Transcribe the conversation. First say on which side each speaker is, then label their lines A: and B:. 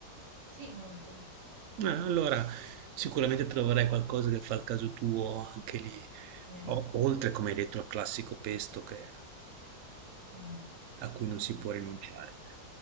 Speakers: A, on the right; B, on the right.
A: sì, molto.
B: Eh, allora, sicuramente troverai qualcosa che fa il caso tuo anche lì.
A: Ok,
B: O- oltre, come hai detto, al classico pesto che eh,
A: che-
B: a
A: ok.
B: cui non si può rinunciare.